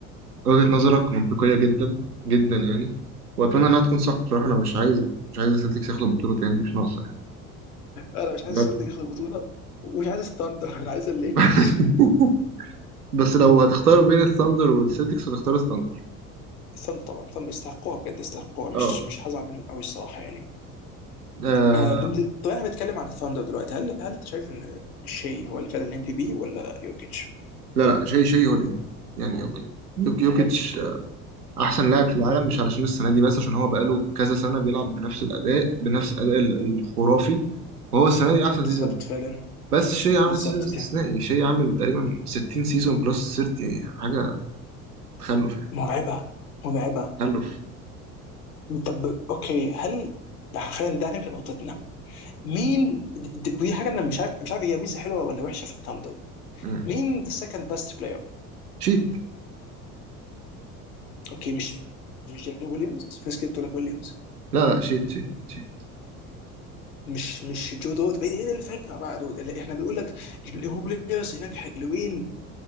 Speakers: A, on the right; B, on the left.
A: وجهة نظرك منطقية جدا جدا يعني وأتمنى إنها تكون صح بصراحة أنا مش عايز مش عايز السلتكس ياخدوا
B: <laughs>
A: البطولة تاني مش ناقصة يعني
B: انا مش عايز
A: بجد
B: السلتيك ياخد البطوله ومش عايز الثاندر انا عايز الليكرز
A: <laughs> بس لو هتختار بين الثاندر والسلتكس هتختار الثاندر
B: الثاندر طبعا الثاندر يستحقوها بجد يستحقوها مش
A: اه
B: مش هزعل منهم قوي الصراحه يعني
A: آه
B: آه بن- طب احنا بنتكلم عن الثاندر دلوقتي هل هل انت شايف ان شي هو اللي فعلا الام في بي ولا يوكيتش؟
A: لا لا شيء شيء هو الإيه يعني أوكي يوك- يوكيتش احسن لاعب في العالم مش علشان السنه دي بس عشان هو بقاله كذا سنه بيلعب بنفس الاداء بنفس الاداء ال- الخرافي وهو السنه دي احسن
B: بالظبط
A: سيزون
B: فعلا
A: بس شيء عامل
B: بالظبط
A: سيزون استثنائي
B: دي
A: شيء عامل تقريبا 60 سيزون بلس 30 حاجه تخلف يعني
B: مرعبه مرعبه
A: تخلف
B: طب اوكي هل خلينا ده كان نقطتنا مين د- د- ودي حاجه انا مش عارف مش عارف هي ميزه حلوه ولا وحشه في الثاندر
A: مم.
B: مين ذا سكند بيست بلاير
A: شيت
B: اوكي مش مش جيري ويليامز في ناس كتير بتقول لك ويليامز
A: لا لا شيت شيت شيت
B: مش مش جو دوت بعيد ايه الفكره بقى دول اللي احنا بنقول لك الهو بلايرز هناك حلوين